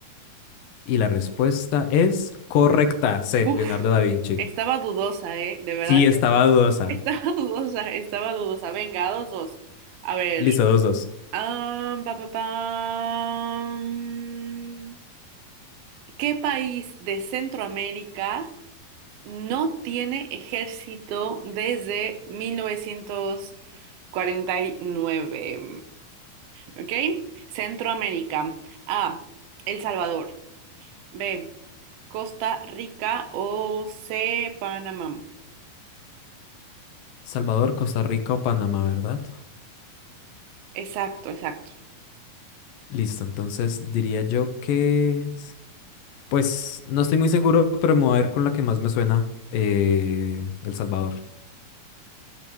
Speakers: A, on the left (about 75°); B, on the right (about 80°).
A: Y la respuesta es correcta. C.
B: Uf,
A: Leonardo da Vinci.
B: estaba dudosa, ¿eh? De verdad
A: Sí, estaba
B: que
A: dudosa.
B: estaba <laughs> dudosa, estaba dudosa. Venga, dos dos. A ver.
A: Listo, dos, dos.
B: Am, pa, pa, pam. ¿Qué país de Centroamérica no tiene ejército desde mil novecientos cuarenta y nueve? ¿Ok? Centroamérica. A. El Salvador. B. Costa Rica o C. Panamá.
A: Salvador, Costa Rica o Panamá, ¿verdad?
B: Exacto, exacto.
A: Listo, entonces diría yo que... es- Pues no estoy muy seguro, pero me voy a ir con la que más me suena. eh, El Salvador.